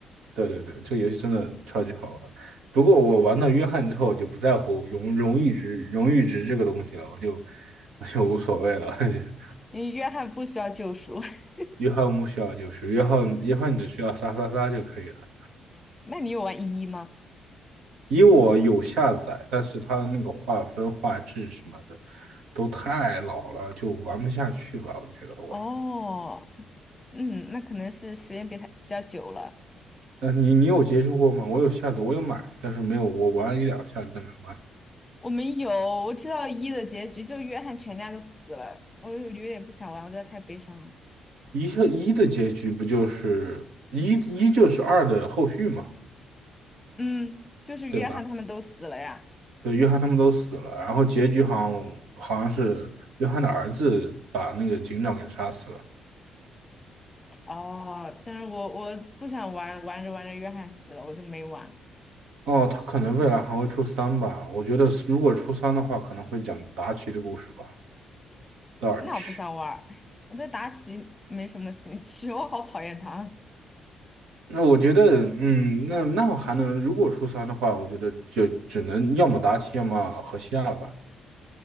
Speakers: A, on the right; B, on the left.
A: 对对对，这个游戏真的超级好玩。不过我玩到约翰之后，我就不在乎荣荣誉值、荣誉值这个东西了，我就我就无所谓了。<laughs>
B: 因为约翰不需要救赎。<laughs>
A: 约翰不需要就是约翰，约翰只需要杀杀杀就可以了。
B: 那你有玩一一吗？
A: 以我有下载，但是它的那个画分画质什么的都太老了，就玩不下去吧？我觉得我，
B: 哦，嗯，那可能是时间比他比较久了。
A: 呃，你你有接触过吗？我有下载，我有买，但是没有，我玩了一两下子再没玩。
B: 我没有，我知道一的结局，就约翰全家都死了，我有有点不想玩，我觉得太悲伤了。
A: 一和一的结局不就是一一就是二的后续嘛，
B: 嗯，就是约翰他们都死了呀。
A: 对吧？对，约翰他们都死了，然后结局好像好像是约翰的儿子把那个警长给杀死了。
B: 哦，但是我我不想玩，玩着玩着约翰死了，我就没玩。
A: 哦，他可能未来还会出三吧？我觉得如果出三的话，可能会讲达奇的故事吧。Dodge。
B: 那我不想玩儿，我对达奇没什么兴趣，<laughs> 我好讨厌他。
A: 那我觉得，嗯，那那我还能，如果初三的话，我觉得就只能要么达奇，要么河西亚吧。